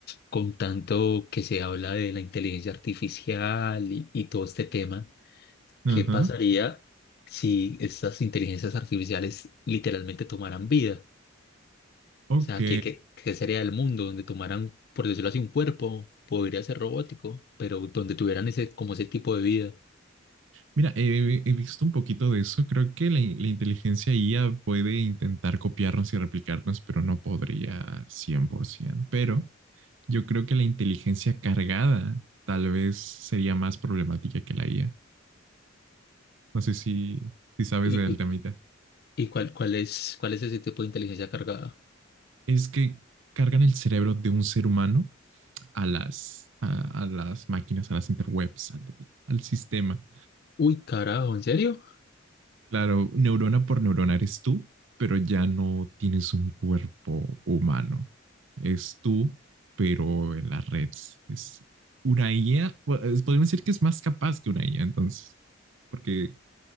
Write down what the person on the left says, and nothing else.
con tanto que se habla de la inteligencia artificial y y todo este tema.
¿Qué pasaría si estas inteligencias artificiales literalmente tomaran vida?
O sea, ¿qué, qué, qué sería el mundo donde tomaran, por decirlo así, un cuerpo? Podría ser robótico, pero donde tuvieran ese, como ese tipo de vida.
¿Y,
y,
y cuál, cuál es, cuál es ese tipo de inteligencia cargada?
Uy, carajo, ¿en serio?